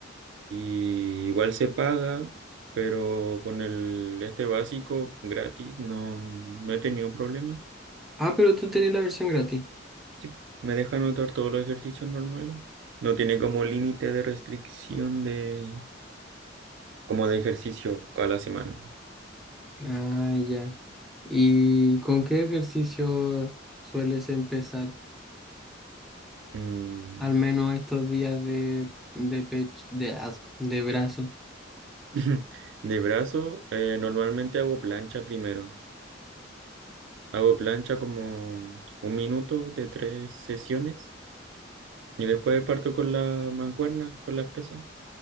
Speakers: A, on the right; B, in the centre.
A: Y igual se paga, pero con el este básico gratis no, no he tenido problemas.
B: Ah, pero tú tenés la versión gratis.
A: Sí, me deja anotar todos los ejercicios normales. No tiene como límite de restricción de como de ejercicio a la semana.
B: Ah, ya. ¿Y con qué ejercicio sueles empezar?
A: Mm,
B: al menos estos días de, de pecho, de, as- de brazo.
A: <laughs> De brazo, eh, normalmente hago plancha primero. Hago plancha como un minuto de tres sesiones y después parto con la mancuerna, con las pesas.